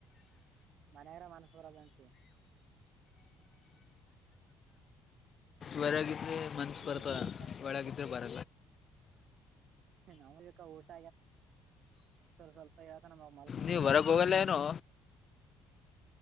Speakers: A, on the right (about 65°); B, on the left (about 45°).
A: ಮನೆಯರ ಮನಸರದಂತೆ
B: ವರಗಿದ್ರೆ ಮನ್ಸ
A: ಅನ್ಬೇಕಾ
B: ಬರ್ತಾರ
A: ಊಟ
B: ಒಳಗಿದ್ರೆ ಬರ
A: ನಾವ್ ಯ ಊಟ ಸ್ವಲ್ಪ ಯ ನವು ಮಲ್ಕೊಂಡೆವು
B: ನೀವು ಹೊರಗೆ ಹೋಗಲ್ಲ ಏನೋ